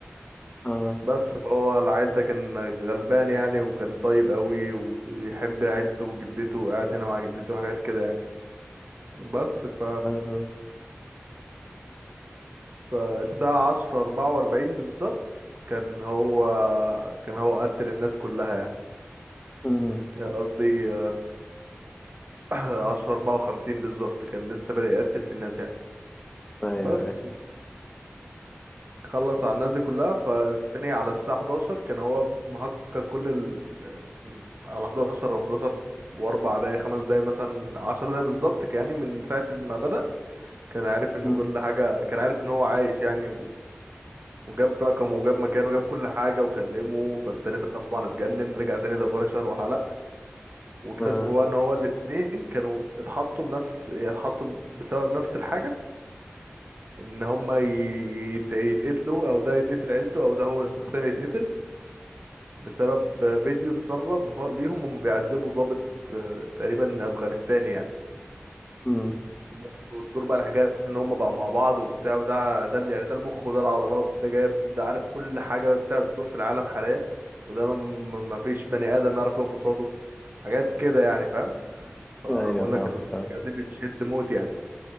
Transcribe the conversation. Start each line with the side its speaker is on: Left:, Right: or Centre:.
Left: اه
Right: بس فهو العيل ده كان غلبان يعني وكان طيب قوي ويحب عيلته وجدته وقاعد هنا مع جدته وحاجات كده يعني بس ف
Left: آه.
Right: فالساعة عشرة أربعة وأربعين بالظبط كان هو كان هو قتل الناس كلها يعني
Left: مم.
Right: يعني قصدي آه، <clears throat> عشرة أربعة وخمسين بالظبط كان لسه بادئ يقتل في الناس يعني
Left: ايوه
Right: بس
Left: ايوه
Right: خلص على الناس دي كلها فالتاني على الساعة 11 كان هو مهكر كل ال... آه، على 11 على 11 وأربع دقايق خمس دقايق مثلا عشر دقايق بالظبط كان يعني من ساعة ما بدأ كان عارف إن
Left: مم.
Right: كل حاجة كان عارف إن هو عايش يعني و... وجاب رقمه وجاب مكانه وجاب كل حاجة وكلمه فالتاني طبعا اتجنن رجع تاني ده بونشر وحلق واكتشفوا
Left: اه
Right: بقى ان هو الاتنين كانوا اتحطوا بنفس اتحطوا بسبب نفس الحاجة ان هما ي- يت- يتقتلوا او ده يتقتل عيلته او ده هو شخصيا يتقتل بسبب فيديو اتسرب هو- ليهم هم بيعذبوا ضابط آه، تقريبا افغانستاني يعني
Left: مم.
Right: بس والدور بقى الحكاية ان هم بقوا مع بعض وبتاع وده ده اللي- يعني ده المخ وده العضلات ده جايب ده عارف كل حاجة بتاع الدور في العالم حاليا وده ما ما- ما فيش بني آدم يعرف يقف قصاده حاجات كده يعني فاهم فبقول
Left: ايوه فاهمك
Right: لك الحاجات
Left: فاهمك
Right: دي بتشد موت يعني